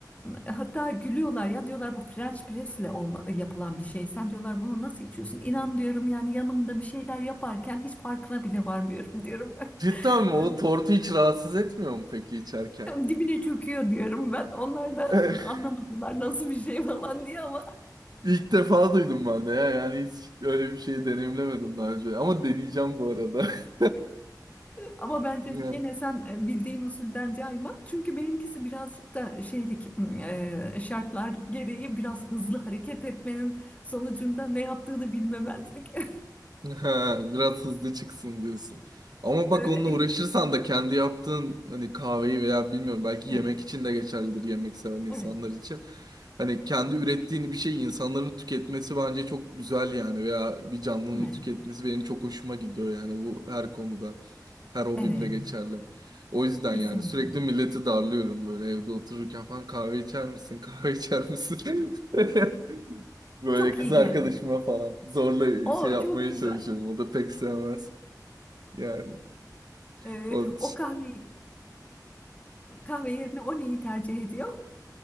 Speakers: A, on the left (about 20°); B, on the right (about 70°).
A: E, Hatta gülüyorlar ya diyorlar bu French press'le olma- e, yapılan bir şey. Sen diyorlar bunu nasıl içiyorsun? İnan diyorum yani yanımda bir şeyler yaparken hiç farkına bile varmıyorum diyorum.
B: Cidden mi?
A: <laughs>
B: O tortu hiç rahatsız etmiyor mu peki içerken?
A: Dibine çöküyor diyorum ben. Onlar da
B: <laughs>
A: anlamadılar nasıl bir şey falan diye ama.
B: İlk defa duydum ben de ya. Yani hiç öyle bir şey deneyimlemedim daha önce. Ama deneyeceğim bu arada. <laughs>
A: Ama bence
B: Yani.
A: gene sen e, bildiğin usulden cayma. Çünkü benimkisi birazcık da şeylik m, e, şartlar gereği biraz hızlı hareket etmenin sonucunda ne yaptığını bilmemezlik. <laughs>
B: Ha, biraz hızlı çıksın diyorsun. Ama bak
A: Evet,
B: onunla
A: evet,
B: uğraşırsan da kendi yaptığın hani kahveyi veya bilmiyorum belki
A: evet,
B: yemek için de geçerlidir yemek seven insanlar
A: evet,
B: için. Hani kendi ürettiğin bir şey insanların tüketmesi bence çok güzel yani veya bir canlının
A: evet,
B: tüketmesi benim çok hoşuma gidiyor yani bu her konuda her hobimde
A: evet,
B: geçerli. O yüzden
A: kesinlikle.
B: yani sürekli milleti darlıyorum böyle evde otururken falan kahve içer misin kahve içer misin? <laughs> Böyle
A: Çok
B: kız
A: iyi
B: arkadaşıma
A: geldi.
B: falan zorla
A: O
B: şey yapmaya
A: çok güzel.
B: çalışıyorum. O da pek sevmez. Yani
A: E,
B: o
A: o kahve kahve yerine o neyi tercih ediyor?